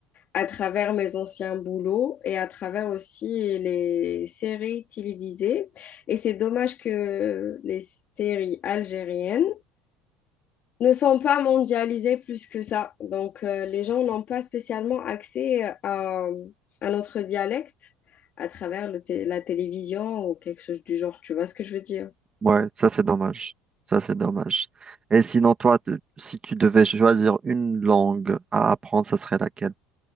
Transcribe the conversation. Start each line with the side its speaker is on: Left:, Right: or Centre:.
Left: à travers mes anciens boulots et à travers aussi les séries télévisées. Et c'est dommage que les séries algériennes ne sont pas mondialisés plus que ça. Donc, euh, les gens n'ont pas spécialement accès euh, à, à notre dialecte à travers le té- la télévision ou quelque chose du genre. Tu vois ce que je veux dire?
Right: Ouais, ça c'est dommage. Ça c'est dommage. Et sinon, toi, te- si tu devais choisir une langue à apprendre, ça serait laquelle?